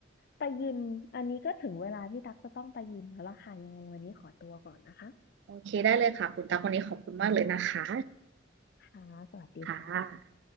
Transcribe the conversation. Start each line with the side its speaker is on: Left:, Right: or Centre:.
Left: ไปยิมอันนี้ก็ถึงเวลาที่ตั๊กจะต้องไปยิมแล้วล่ะค่ะยังไงวันนี้ขอตัวก่อนนะคะ
Right: <laughs> โอเคได้เลยค่ะคุณตาคนนี้ขอบคุณมากเลยนะคะ
Left: ค่ะสวัสดีค่ะ
Right: ค่ะ